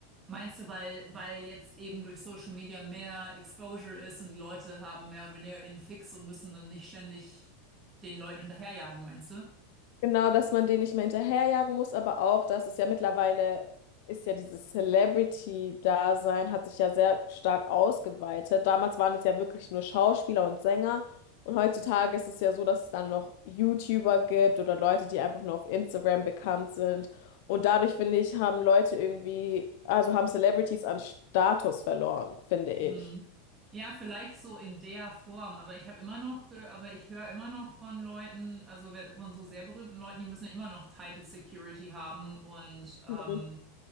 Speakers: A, on the right; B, on the left.
A: Meinst du, weil, weil jetzt eben durch Social Media mehr Exposure ist und die Leute haben mehr oder weniger einen Fix und müssen dann nicht ständig den Leuten hinterherjagen, meinst du?
B: Genau, dass man den nicht mehr hinterherjagen muss, aber auch, dass es ja mittlerweile ist ja dieses Celebrity-Dasein hat sich ja sehr stark ausgeweitet. Damals waren es ja wirklich nur Schauspieler und Sänger und heutzutage ist es ja so, dass es dann noch YouTuber gibt oder Leute, die einfach nur auf Instagram bekannt sind. Und dadurch, finde ich, haben Leute irgendwie, also haben Celebrities an Status verloren, finde ich.
A: Hm. Ja, vielleicht so in der Form, aber ich habe immer noch, ge aber ich höre immer noch von Leuten, also we- von so sehr berühmten Leuten, die müssen ja immer noch tighte Security haben und ähm,
B: Mhm.